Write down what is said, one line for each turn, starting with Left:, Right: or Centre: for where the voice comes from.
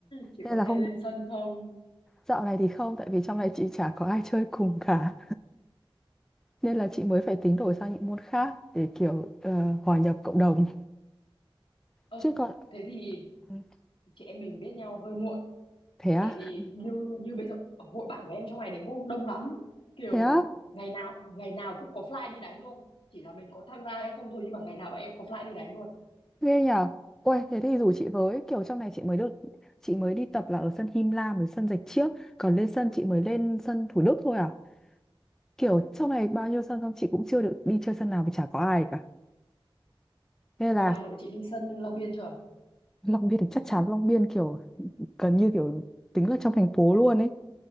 Left: chị
Centre: Nên
Left: có
Centre: là
Left: hay
Centre: hôm
Left: lên sân không
Centre: dạo này thì không tại vì trong này chị chả có ai chơi cùng cả nên
Left: ờ
Centre: là chị mới phải tính đổi sang những môn khác để kiểu ờ, hòa nhập cộng đồng
Left: ờ,
Centre: chứ còn
Left: thế thì
Centre: Ừ.
Left: chị em mình biết nhau hơi muộn
Centre: thế à
Left: tại vì như như bây giờ hội bạn của em trong ngày đánh golf đông lắm kiểu
Centre: thế á
Left: ngày nào ngày nào cũng có fly đi đánh luôn chỉ là mình có tham gia hay không thôi nhưng mà ngày nào bọn em cũng có fly đi đánh luôn
Centre: ghê nhở Ôi thế thì rủ chị với kiểu trong này chị mới được chị mới đi tập là ở sân Him Lam với sân Rạch Chiếc còn lên sân chị mới lên sân Thủ Đức thôi à kiểu trong này bao nhiêu sân xong chị cũng chưa được đi chơi sân nào vì chả có ai cả nên
Left: ở
Centre: là
Left: Hà Nội chị đi sân Long Biên chưa
Centre: Long Biên thì chắc chắn Long Biên kiểu gần như kiểu tính là trong thành phố luôn ấy